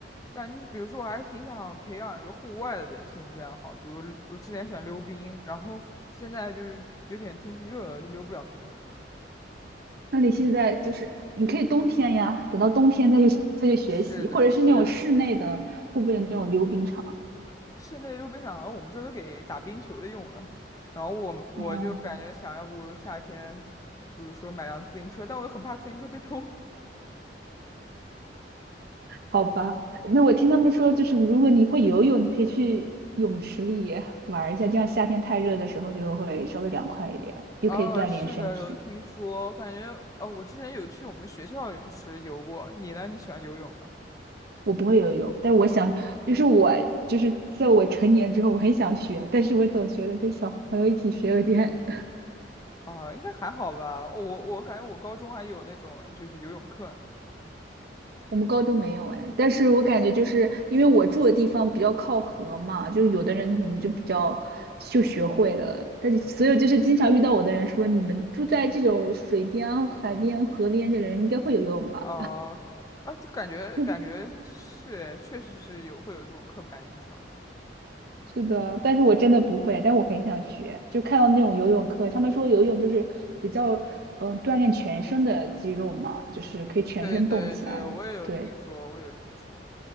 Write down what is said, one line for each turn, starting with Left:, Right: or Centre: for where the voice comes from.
Left: 感觉就是比如说我还挺想培养一个户外的兴趣爱好，比如我之前喜欢溜冰，然后现在就是有点天气热了，就溜不了冰了。
Right: 那你现在就是你可以冬天呀，等到冬天再去再去学习，
Left: 是的，
Right: 或者是那种室内的，
Left: 是的。
Right: 会不会有那种溜冰场？
Left: 室内溜冰场，我们这都给打冰球的用了。然后我们我就感觉想要不夏天，
Right: 哦，
Left: 比如说买辆自行车，但我又很怕自行车被偷。
Right: 好吧，那我听他们说，就是如果你会游泳，你可以去泳池里玩一下，这样夏天太热的时候就会稍微凉快一点，
Left: <laughs>
Right: 又可以锻炼身体。
Left: 哦，是的，有听说，感觉哦，我之前有去我们学校的泳池游过。你呢？你喜欢游泳吗？
Right: 我不会游泳，但是我想，就是我就是在我成年之后，我很想学，但是我总觉得跟小朋友一起学有点
Left: 啊，应该还好吧。哦，我我感觉我高中还有那种就是游泳课呢。
Right: 我们高中没有哎，但是我感觉就是因为我住的地方比较靠河嘛，就有的人可能就比较就学会了，但是所有就是经常遇到我的人说，你们住在这种水边啊海边、河边的人应该会游泳吧？
Left: 啊啊，就感觉感觉是，
Right: <laughs>
Left: 确实是有会有这种刻板印象的。
Right: 是的，但是我真的不会，但我很想学。就看到那种游泳课，他们说游泳就是比较嗯、呃锻炼全身的肌肉嘛，就是可以全身动起来。
Left: 对对对，我也有听说，
Right: 对，
Left: 我也有听说。